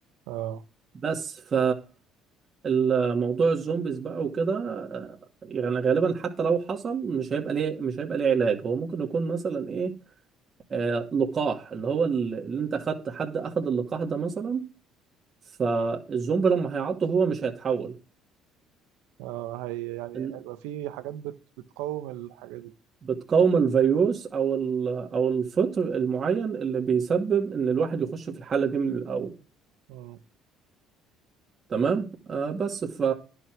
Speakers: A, on the right; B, on the right.
A: آه
B: بس ف الموضوع الزومبيز بقى وكده آه، يعني غالبا حتى لو حصل مش هيبقى ليه مش هيبقى ليه علاج هو ممكن يكون مثلا ايه آه لقاح اللي هو اللي انت خدت حد اخد اللقاح ده مثلا فالزومبي لما هيعضه هو مش هيتحول
A: آه هي يعني
B: إن-
A: هيبقى في حاجات بت بتقاوم الحاجة دي
B: بتقاوم الفيروس او ال- او الفطر المعين اللي بيسبب ان الواحد يخش في الحاله دي من الاول
A: مم.
B: تمام آه بس ف